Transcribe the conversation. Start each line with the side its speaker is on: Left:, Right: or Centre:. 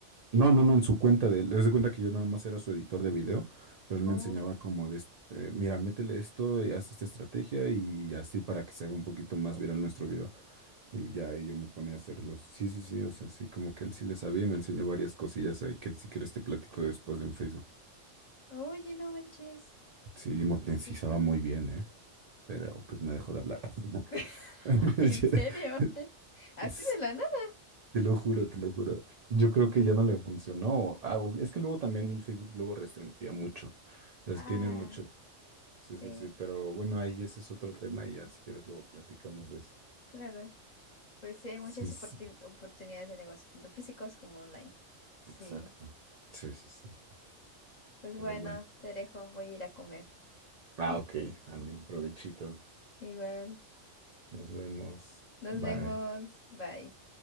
Right: No, no, no, en su cuenta de él. Les de cuenta que yo nada más era su editor de video, pero él
Left: Oh,
Right: me enseñaba como de, es- eh, mira, métele esto y haz esta estrategia y así para que se haga un poquito más viral nuestro video. Y ya ahí yo me ponía a hacerlos. Sí, sí, sí, o sea, sí, como que él sí le sabía y me enseñó varias cosillas ahí que si quieres te platico después en Facebook.
Left: oye, no manches.
Right: Sí, monetizaba
Left: Qué padre.
Right: muy bien, ¿eh? Pero pues me dejó de hablar.
Left: <laughs>
Right: <laughs>
Left: ¿En serio? <laughs> ¿Así
Right: <laughs>
Left: de la nada?
Right: Te lo juro, te lo juro. Yo creo que ya no le funcionó. Ah, u- es que luego también el Facebook luego restringía mucho. Las
Left: Ah,
Right: tiene mucho. Sí,
Left: sí,
Right: sí, sí. Pero bueno, ahí ese es otro tema y ya si quieres luego platicamos de eso.
Left: claro. Pues sí, hay
Right: Sí,
Left: muchas
Right: sí,
Left: oportun- oportunidades de negocio, tanto físicos como online. Sí,
Right: exacto. Sí, sí, sí.
Left: pues
Right: Pero
Left: bueno,
Right: bueno.
Left: te dejo, voy a ir a comer.
Right: Ah,
Left: <laughs>
Right: ok, Andy, provechito.
Left: Igual.
Right: Nos vemos.
Left: Nos
Right: Bye.
Left: vemos. Bye.